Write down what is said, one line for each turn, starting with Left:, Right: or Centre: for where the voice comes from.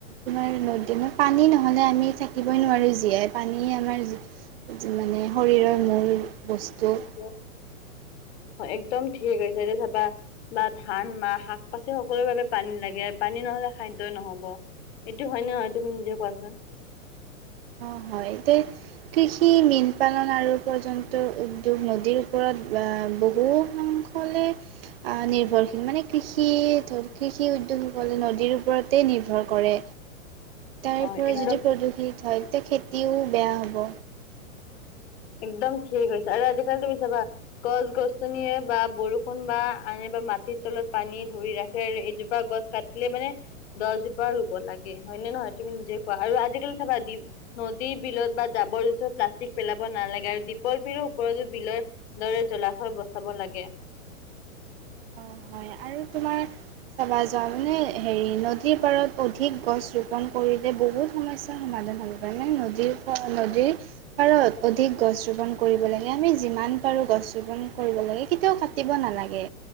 Right: তোমাৰ নদী মানে পানী নহ'লে আমি থাক থাকিবই নোৱাৰোঁ জীয়াই পানী আমাৰ মানে শৰীৰৰ মূল বস্তু
Left: <inaudible>
Right: <inaudible>
Left: অ একদম ঠিকে হৈছে, এতিয়া চাবা বা ধান, মাহ বা শাক পাচি সকলো বাবে পানী লাগে আৰু পানী নহ'লে খাদ্যয়ই নহ'ব। এইটো হয় নে নহয় তুমি নিজে কোৱাচোন?
Right: অ' হয় এতিয়া কৃষি, মীন পালন আৰু পৰ্যন্ত উদ্যোগ নদীৰ ওপৰত বহু সংখ্যক <inaudible> আহ নিৰ্ভৰশীল মানে কৃষি ধৰ কৃষি উদ্যোগসকলে নদীৰ ওপৰতে নিৰ্ভৰ কৰে। তাৰ
Left: অ
Right: পৰা
Left: একদম
Right: যদি প্ৰদূষিত হয় তেতিয়া খেতিও বেয়া হ'ব।
Left: একদম ঠিক কৈছে আৰু আজিকালি তুমি চাবা গছ-গছনিয়ে বা বৰষুণ বা আনে বা মাটিৰ তলত পানী ধৰি ৰাখে আৰু এজোপা গছ কাটি দিলে মানে দহজোপা ৰুব লাগে হয়নে নহয় তুমি নিজে কোৱা? আৰু আজিকালি চাবা দি নদী, বিলত বা জাবৰ- জথোৰ প্লাষ্টিক পেলাব নালাগে আৰু দ্বীপৰ বিলৰ ওপৰতো বিলৰ দৰে জলাশয় বচাব লাগে
Right: অঁ হয় আৰু তোমাৰ চাবা যোৱা মানে হেৰি ন নদীৰ পাৰত অধিক গছ ৰোপণ কৰিলে বহুত সমস্যাৰ সমাধান হ'ব পাৰে মানে নদীৰ ফ নদীৰ পাৰত অধিক গছ ৰুপন কৰিব লাগে আমি যিমান পাৰো গছ ৰুপন কৰিব লাগে, কেতিয়াও কা কাটিব নালাগে।